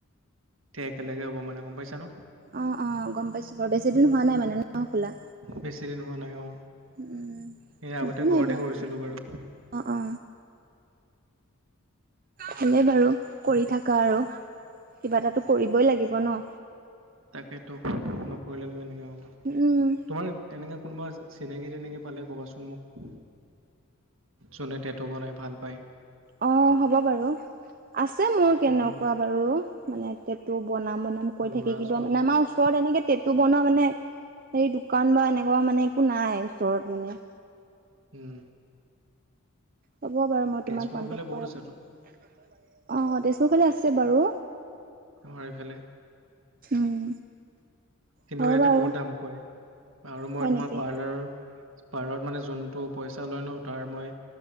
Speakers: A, on the right (about 65°); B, on the right (about 40°).
A: একেলগে হ'ব মানে গম পাইছ ন
B: অ অ গম পাইছো বাৰু বেছিদিন হোৱা নাই মানে ন খোলা
A: বেছি দিন হোৱা নাই অ'।
B: উ উম
A: এই আগতে
B: একো নাই
A: ঘৰতে
B: দিয়া
A: কৰিছিলোঁ
B: কৰি থাকা
A: বাৰু
B: অ অ ভালে বাৰু কৰি থাকা আৰু কিবা এটা কৰিবই লাগিব ন
A: তাকেতো নকৰিলেনো তেনেকে হব
B: উম,
A: তোমাৰ তেনেকে কোনোবা চিনাকি তিননাকি পালে ক'বাচোন মোক যোনে টেঁটু বনাই ভাল পায়
B: অ হ'ব বাৰু আছে মোৰ কেনেকুৱা
A: উম,
B: বাৰু মানেটো বনাম বনাম কৈ
A: ল'ৰা
B: থাকে কিবা
A: ছোৱালী
B: মানে আমাৰ ওচৰত এনেকে তেটটটো বনোৱা মানে সেই দোকান বা এনেকুৱা মানে একো নাই ওচৰত মানে
A: উম
B: হ'ব বাৰু মই
A: তেজপুৰৰ
B: তোমাক কণ্টেক্ট
A: ফালে বহুত
B: কৰাই
A: আছেতো।
B: দিম অ তেজপুৰ ফালে আছে বাৰু
A: আমাৰ এইফালে
B: উম
A: কিন্তু
B: হ'ব
A: ইয়াতে
B: বাৰু
A: বহুত দাম কয় আৰু মই
B: হয়
A: তোমাৰ
B: নেকি?
A: পাৰ্লাৰৰ পাৰত মানে জোনটো পইচা লয় ন, তাৰ মই